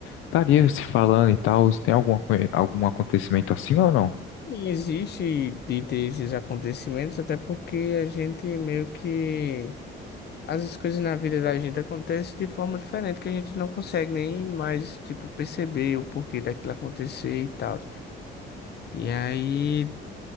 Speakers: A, on the left (about 80°); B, on the left (about 55°).
A: estaria se falando e tal. Tem alguma, coi- algum acontecimento assim ou não?
B: E existe de ter esses acontecimentos, até porque a gente meio que As coisas na vida da gente acontecem de forma diferente, que a gente não consegue nem mais, tipo, perceber o porquê daquilo acontecer e tal. E aí,